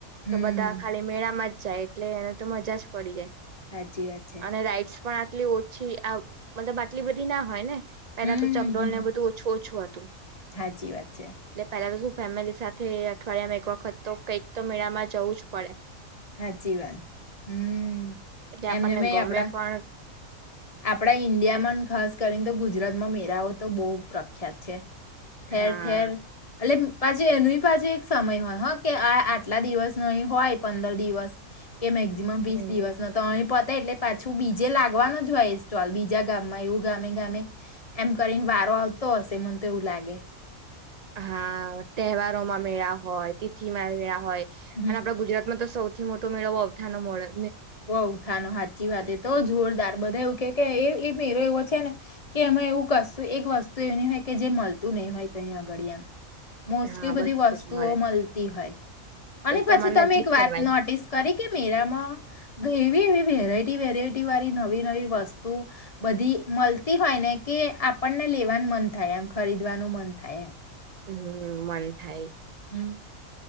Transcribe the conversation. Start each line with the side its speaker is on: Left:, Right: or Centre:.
Left: હમ
Right: તો બધા ખાલી મેળામાં જાય એટલે એનો તો મજા જ પડી જાય.
Left: સાચી વાત છે
Right: અને રાઈટ્સ પણ આટલી ઓછી આ મતલબ આટલી બધી ના હોય ને પેલા
Left: હમ
Right: તો ચકડોલ
Left: હમ,
Right: ને
Left: હમ.
Right: બધું ઓછું ઓછું હતું એટલે
Left: સાચી વાત છે
Right: પેલા તો શું ફેમિલી સાથે અઠવાડિયામાં એક વખત તો કંઈક તો મેળામાં જવું જ પડે.
Left: હાચી વાત હમ્મ
Right: એટલે આપણને
Left: એમને મે
Right: ગમે
Left: આપડા
Right: પણ
Left: આપડા ઈન્ડિયામાં ખાસ કરીને તો ગુજ રાતમાં મેરાઓ તો બહુ પ્રખ્યાત છે ઠેર
Right: હા
Left: ઠેર એટલે પાછી એનું પાછી એક સમય હોય હ કે આ આટલા દિવસ નો અહીં હોય પંદર દિવસ કે મેક્ઝિમમ
Right: હમ
Left: વીસ દિવસ નો તો અહી પ તે એટલે પાછું બીજે લાગવાનો જ હોય એ સ્ટોલ બીજા ગામમાં એવું ગામે ગામે એમ કરીને વા રો આવતો હશે મને તો એવું લાગે.
Right: હા તહેવારોમાં મેળા હોય તિથિમાં મેળા હોય
Left: હમ
Right: અને આપડા ગુજરાત માં તો સૌથી મોટો મેળો વવથાનો <unintelligible>
Left: વવથાનો હાચી વાત એતો જોરદાર બધા એવું કે એ એ મેરો એવો છે ને કે અમે એવું કશું એક વસ્તુ એની હોય કે જે મળતું નહી હોય તંયા <unintelligible> મોસ્ટલી
Right: હા
Left: બધી
Right: બધું
Left: વસ્તુઓ
Right: જ મળે
Left: મલતી હોય. અને
Right: એ તો
Left: પછી
Right: મને
Left: તમે
Right: નજીક
Left: એક વાત
Right: કેવાય
Left: નોટિસ કરી કે મેરામાં એવી એવી વેરાયટી વેરાયટી વાળી નવી નવી વસ્તુ બધી મલતી હોયને કે આપણને લેવાનું મન થાય એમ ખરીદવાનું મન થાય એમ
Right: હમ્મ મન થાય.
Left: હમ્મ